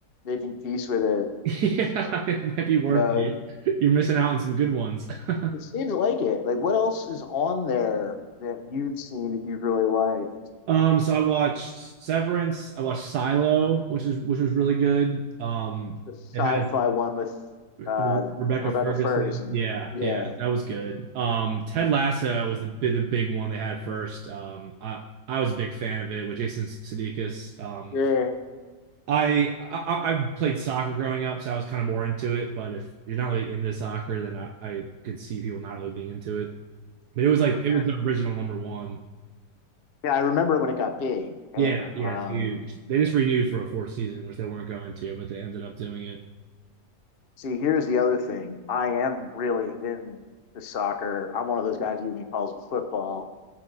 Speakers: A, on the left; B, on the right.
A: making peace with it.
B: <laughs> yeah,
A: So,
B: it might be worth
A: you know,
B: it. You're missing out on some good ones. <laughs>
A: it seems like it. Like, what else is on there that you've seen that you really like?
B: Um, so I watched Severance. I watched Silo, which is which was really good. Um,
A: The sci-fi
B: it has
A: one with
B: Re-
A: uh,
B: Rebecca
A: Rebecca
B: Ferguson.
A: Ferguson.
B: Yeah,
A: Yeah.
B: yeah, that was good. Um, Ted Lasso was the bi- the big one they had first. Um, I I was a big fan of it with Jason Sudeikis. Um,
A: Yeah.
B: I, I I played soccer growing up, so I was kind of more into it. But if you're not really into soccer, then I, I could see people not really being into it. But it was like
A: Well,
B: it
A: here's,
B: was the original number one.
A: yeah, I remember when it got big. And
B: Yeah, yeah,
A: um,
B: it's huge. They just renewed for a fourth season, which they weren't going to, but they ended up doing it.
A: see, here's the other thing. I am really into soccer. I'm one of those guys who even calls it football.